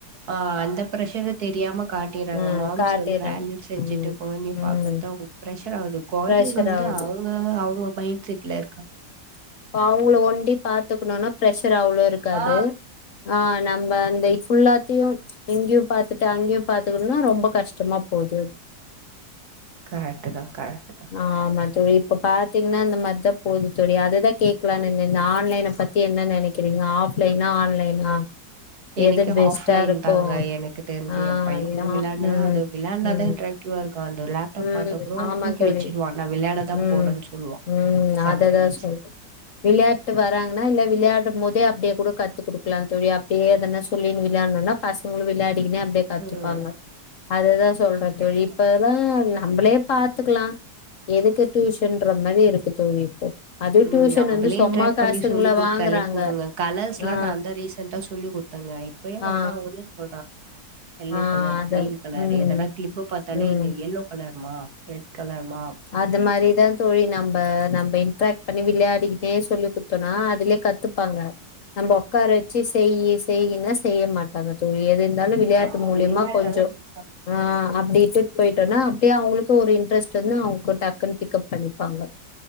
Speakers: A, on the right; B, on the left.
A: ஆ அந்த பிரஷர் தெரியாம காட்டிறாங்க
B: ம்
A: மாம்ஸ்
B: காட்டிறாங்க
A: வந்து வேலயூ செஞ்சுட்டு
B: ம்
A: கொழந்தைய
B: ம்
A: பாக்குறதுதா அவுங்க ப்ரெஷரா ஆகுது கொழந்தைங்க
B: பிரஷர்
A: வந்து
B: ஆவுது
A: அவுங்க அவுங்க மைண்ட் செட்ல இருக்கா
B: ப்ப அவுங்கள ஒண்டி பாத்துக்கணுனா பிரெஷர் அவ்ளோ இருக்காது
A: ஆ
B: ஆ நம்ப அந்த ஃபுல்லாத்தையு இங்கயு பாத்துட்டு அங்கயு பாத்துக்கணும்னா ரொம்ப கஷ்டமா போகுது
A: கரெக்ட் தா கரெக்ட் தா
B: ஆமா தோழி இப்ப பாத்தீங்கன்னா இந்த மாரிதா போது தோழி அதுதா கேக்கலானு இருந்தே இந்த ஆன்லைனை பத் த்தி என்ன நெனைக்கிறீங்க ஆஃப்லைனா ஆன்லைனா
A: எனக்கு
B: எது பெஸ்ட்டா
A: ஆஃப்லைன்
B: இருக்கு
A: தாங்க எனக்கு தெரிஞ்சு
B: ஆ
A: என் பையன்
B: ஏனா
A: கூட விளையாடுனதா
B: ம்
A: அது விளையாடுனது
B: ம்
A: ன்ற ட்யூவா இருக்கா அந்த லேப்டாப்
B: ம்
A: பாத்தா கூடோ
B: ஆமா
A: தூக்கி
B: தோழி
A: வச்சுடுவா நா விளையாடதா
B: ம்
A: போறேன்னு சொல்லுவா
B: ம்
A: சம்டைம்ஸ்
B: அத தா சொல் விளையாட்டு வராங்கன்னா இல்ல விளையாடும் போதே அப்டியே கூட கத்துக் குடுக்கலாம் தோழி அப் டியே எதனா சொல்லி விளையாணுனா பசங்ளு விளையாடிகுனே அப்டியே கத்துப்பாங்க
A: ம்
B: அதுதா சொல்றே
A: கரெக்ட்
B: தோழி இப்பல்லா நம்பளே பாத்துக்லா எதுக்கு டியூஷன்ற மாரி இருக்கு தோழி இப்போ அது
A: ம்
B: டியூஷன்
A: நம்பளே
B: வந்து சும்மா
A: இன்ட்ராக்ட்
B: காசுங்கள
A: பண்ணி சொல்லி குடுத்தாலே
B: வாங்குறாங்க
A: போதுங்க கலர்ஸ்லா
B: ஆ
A: நாதா ரீசெண்டா சொல்லி குடுத்தங்க இப்பயு
B: ஆ
A: வந்தா ஓட்னே சொல்றா எல்லோ
B: ஆ
A: கலர்
B: அத
A: கிரீன் கலர்
B: ம்
A: எதனா கிளிப் பாத்தாலே
B: ம்
A: இது எல்லோ கலர் மா ரெட் கலர் மா
B: அது மாரி தா தோழி நம்ப நம்ப இன்ட்ராக்ட் பண்ணி விளையாடிக்கிட்டே சொல்லி குத்தோனா அதுலே கத்துப்பாங்க நம்ம உக்கார வச்சு செய்யி செய்யினா செய்ய மாட் டாங்க தோழி எது இருந்தாலு விளையாட்டு
A: ஆமா
B: மூலியமா
A: விளையாட்டெல்லாம்
B: கொஞ்சோ
A: பண்ணும்.
B: ஆ அப்டிட்ன்டு போயிட்டோனா அப்டியே அவங்களுக்கு ஒரு இன்ட்ரெஸ்ட் வந்து அவங்க டக்குன்னு பிக்கப் பண்ணிப்பாங்க